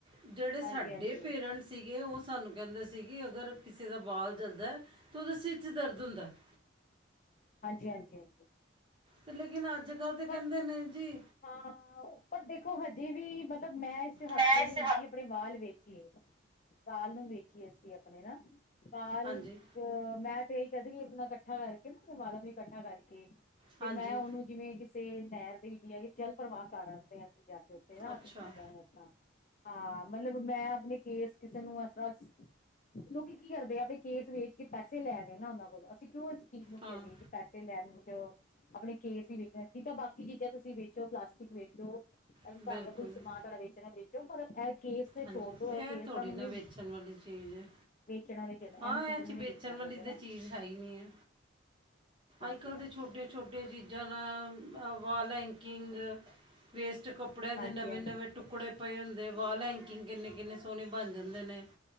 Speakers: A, on the right (about 25°); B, on the left (about 40°).
A: ਜਿਹੜੇ
B: ਹਾਂਜੀ
A: ਸਾਡੇ
B: ਹਾਂਜੀ
A: ਪੇਰੈਂਟਸ ਸੀਗੇ ਓ ਸਾਨੂੰ ਕਹਿੰਦੇ ਸੀ ਕਿ ਅਗਰ ਕਿਸੇ ਦਾ ਬਾਲ ਜਲਦਾ ਤਾਂ ਉਹਦੇ ਸਿਰ ਚ ਦਰਦ ਹੁੰਦਾ। <inaudible>
B: ਹਾਂਜੀ-ਹਾਂਜੀ ਹਾਂਜੀ,
A: ਤੇ ਲੇਕਿਨ ਅੱਜ ਕੱਲ੍ਹ ਤੇ ਕਹਿੰਦੇ
B: ਪਰ
A: ਨੇ ਜੀ
B: ਹਾਂ ਪਰ ਦੇਖੋ ਹਜੇ ਵੀ ਬਸ ਮਤਲਬ ਮੈਂ ਇਸ
A: ਮੈਂ
B: ਹੱਕ ਚ ਨਹੀਂ
A: ਇਸ
B: ਹੈਗੀ ਕਿ ਆਪਣੇ ਵਾਲ ਵੇਖ ਵਾਲ ਨੂੰ ਵੇਚੀਏ ਅਸੀਂ ਆਪਣੇ ਨਾ ਵਾਲ
A: ਹਾਂਜੀ
B: ਅ ਮੈਂ ਸਈ ਕਹਿੰਦੇ ਕੀ ਆਪਣਾ ਇਕੱਠਾ ਕਰਕੇ ਨਾ ਆਪਣੇ ਵਾਲਾਂ ਨੂੰ ਇਕੱਠਾ ਕਰਕੇ
A: ਹਾਂਜੀ
B: ਤੇ ਮੈਂ ਉਹਨੂੰ ਜਿਵੇਂ ਕਿਸ ਤੇ ਨਹਿਰ ਦੇ ਵਿੱਚ ਜਾ ਕੇ ਜਲ ਪ੍ਰਵਾਹ ਆਂਦੇ ਆ ਅਸੀਂ ਜਾ ਕੇ ਉੱਥੇ ਨਾ
A: ਅੱਛਾ
B: ਆਪਣੀ ਚੀਜ਼ਾਂ ਨੂੰ ਇਸ ਤਰ੍ਹਾਂ ਹਾਂ, ਮਤਲਬ ਮੈਂ ਆਪਣੇ ਕੇਸ ਕਿਸੇ ਨੂੰ ਏਸ ਤਰ੍ਹਾਂ ਲੋਕੀ ਕੀ ਕਰਦੇ ਆ ਕੇਸ ਵੇਚ ਕੇ ਪੈਸੇ ਲੈ ਰਹੇ ਨਾ ਉਹਨਾਂ ਕੋਲੋਂ ਅਸੀਂ ਕਿਉਂ ਚੀਜ਼ ਨੂੰ
A: ਹਾਂ
B: ਕਹਿ ਦਈਏ ਪੈਸੇ ਲੈਣ ਵਿੱਚ ਆਪਣੇ ਕੇਸ ਹੀ ਵੇਚ ਠੀਕ ਆ, ਬਾਕੀ ਚੀਜ਼ਾਂ ਤੁਸੀਂ ਵੇਚੋ ਪਲਾਸਟਿਕ ਵੇਚੋ ਅ
A: ਬਿਲਕੁਲ
B: ਘਰ ਦਾ ਕੋਈ ਸਮਾਨ ਤੁਹਾਡਾ ਵੇਚਣਾ ਚ ਪਰ ਇਹ ਕੇਸ ਤੇ
A: ਹਾਂਜੀ
B: ਛੋੜ ਦੋ ਇਹ ਕੇਸਾਂ
A: ਥੋੜੀ
B: ਨੂੰ ਨਾ
A: ਵੇਚਣ ਵਾਲੀ ਚੀਜ਼ ਹੈ
B: ਵੇਚਣ ਆਲੇ,
A: ਹਾਂ, ਇਹ ਚ ਵੇਚਣ
B: ਨੀ ਵੇਚਣਾ
A: ਵਾਲੀ
B: ਚਾਹੀਦਾ
A: ਤਾਂ ਚੀਜ਼ ਹੈ ਹੀ ਨਹੀਂ ਐ।
B: ਹਾਂਜੀ
A: ਅੱਜ ਕੱਲ੍ਹ
B: ਹਾਂਜੀ
A: ਦੇ ਛੋਟੀਆਂ ਛੋਟੀਆਂ ਚੀਜ਼ਾਂ ਨਾਲ ਵਾਲ ਐਂਕਿੰਗ, ਵੇਸਟ ਕੱਪੜਿਆਂ ਦੇ
B: ਹਾਂਜੀ
A: ਨਵੇਂ
B: ਹਾਂਜੀ
A: ਨਵੇਂ ਟੁਕੜੇ ਪਏ ਹੁੰਦੇ ਵਾਲ ਐਂਕਿੰਗ ਕਿੰਨੇ-ਕਿੰਨੇ ਸੋਹਣੇ ਬਣ ਜਾਂਦੇ ਨੇ।